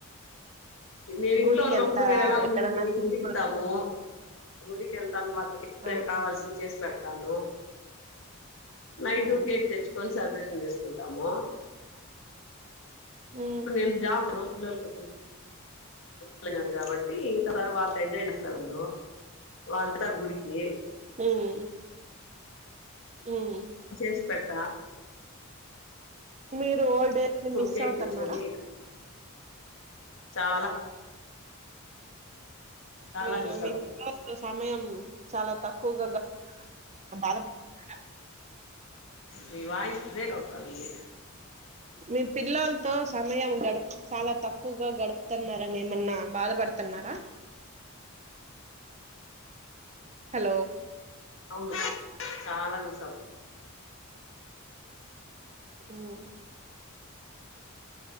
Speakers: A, on the left (about 60°); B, on the right (about 30°).
A: నేను ఇంట్లో
B: గుడికి
A: ఉన్నప్పుడు
B: వెళ్తారా
A: వేరెలా ఉన్నింది
B: ఎక్కడన్నా సినిమాకి
A: గుడికితాము
B: వెళ్తారా
A: గుడికి వెళ్తాం వాళ్ళకి
B: ఆ
A: కావాల్సింది చేసి పెడతా తాను నైట్
B: ఉమ్
A: కేక్ తెచ్చకొనీ సెలబ్రేషన్ చేసుకుంటామ
B: ఉమ్
A: డు నేను జాబ్ పిలలు పోయినారు కాబట్టి ఇంకా వాళ్ళ ఎంజాయ్ చెస్ ఉంద వాళ్ళంట తారు గుడికి
B: మ్మ్మ్ మ్మ్
A: చేసి పెడతా
B: మీ ఓల్డ్ డేస్ నీ మిస్
A: కేక్
B: అవుతున్నారా
A: తెచ్చుకొని చాలా చాలా
B: మీరు
A: మిస్
B: మీ
A: అవుతుంది
B: పిల్లలతో సమయం చాల తక్ కు గోగా బాధ పడుతున
A: మీ వాయిస్ బ్రేక్ అవుతాంది
B: మీ పిల్లలతో సమయం గ చాలా తక్కువగా గడుపుతున్నారని ఏమన్నా బాధపడుతున్నారా హలో
A: అవును చాలా విశాలు
B: మ్మ్